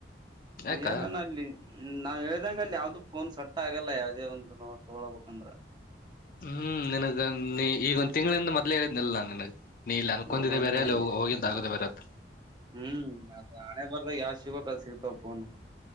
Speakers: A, on the left (about 50°); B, on the right (about 25°).
A: ಯಾಕ
B: ಏನನ್ ಅಲ್ಲಿ ಹ್ಮ ನಾವ್ ಹೇಳ್ದಂಗ ಅಲ್ಲಿ ಯಾವ್ದು ಫೋನ್ ಸಟ್ ಆಗಲ್ಲ ಯಾವವುದೇ ಒಂದು ನೋ ತೊಗೊಳ್ಬೇಕಂದ್ರ
A: ಹ್ಮ್ ನನ್ಗ ನೀ ಈಗೊಂದ ತಿಂಗಳಿಂದ ಮೊದ್ೇ ಹೇಳಿದ್ನಲ್ಲ ನಾ ನನ್ಗ್ ನೀ ಇಲ್ಲಿ ಅನ್ಕೊಂಡಿದ್ದಿದೆ
B: ಹೌದೌದ್
A: ಬೇರೆ
B: ನೀ
A: ಅಲ್ಲಿ
B: ಅಂದಿದ್
A: ಹೋಗಿದ್ದ ಆಗುದ ಬರೆತ್ತ
B: ಹ್ಮ್ ಅ ಹಣೆ ಬರ್ದಾಗ ಯಾವ್ ಸಿಗಕಲ್ ಸಿಗ್ತಾವ ಪಫೋನ್